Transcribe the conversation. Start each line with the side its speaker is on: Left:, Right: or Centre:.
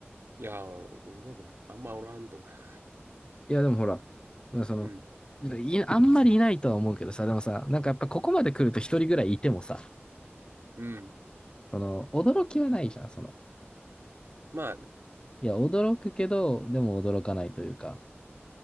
Right: いやー、おるわけない。あんまおらんと思う。<laughs>
Left: いや、でもほら、まあその、
Right: うん。
Left: いあんまりいないとは思うけどさ、でもさ、なんかやっぱここまで来ると一人ぐらいいてもさ、
Right: うん。
Left: その、驚きはないじゃん、その。
Right: まあね。
Left: いや、驚くけど、でも驚かないというか、